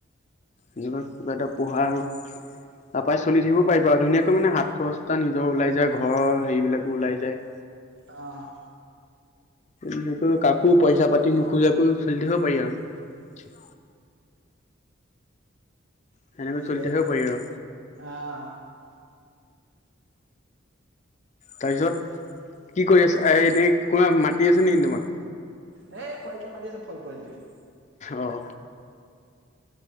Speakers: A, on the left; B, on the right.
A: এনেকুৱা কিবা এটা পোহা আৰু! তাৰ পৰাই চলি থাকিব পাৰিবা আৰু। ধুনীয়াকৈ মানে হাত খৰচ এটা নিজৰ ওলাই যায়, ঘৰৰ হেৰিবিলাকো ওলাই যায়।
B: অ'।
A: এনেকৈ কাকো পইচা-পাতি নোখোজাকৈ চলি থাকিব পাৰি আৰু! সেনেকৈ চলি
B: সেয়া
A: থাকিব পাৰি আৰু
B: অ'।
A: তাৰপিছত? কি কৰি আছা? আ', এনেই কোনোবাই মাতি আছে নেকিন তোমাক?
B: হেই পোৱালিটোয়ে মাটি আছে, ফল পোৱালিটোৱে।
A: অ'।